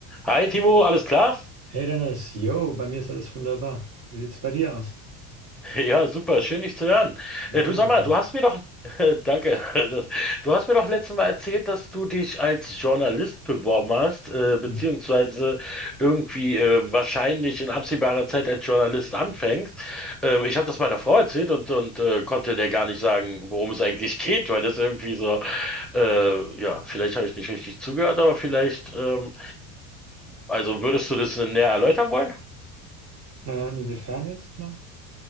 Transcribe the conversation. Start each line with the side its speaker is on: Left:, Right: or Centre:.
Centre: Hi Timo, alles klar?
Right: Hey Dennis, yo, bei mir ist alles wunderbar. Wie sieht's bei dir aus?
Centre: <laughs> Ja, super, schön dich zu hören.
Right: Jo,
Centre: Äh, du
Right: ebenfalls.
Centre: sag mal, du hast mir doch, <laughs> danke, das, du hast mir doch letztes Mal erzählt, dass du dich als Journalist beworben hast, äh, beziehungsweise
Right: Mhm.
Centre: irgendwie äh, wahrscheinlich in absehbarer Zeit als Journalist anfängst. Ähm, ich habe das meiner Frau erzählt und, und äh, konnte der gar nicht sagen, worum es eigentlich geht, weil das irgendwie so, äh, ja, vielleicht habe ich nicht richtig zugehört, aber vielleicht, ähm, also würdest du das näher erläutern wollen?
Right: Äh, inwiefern jetzt genau?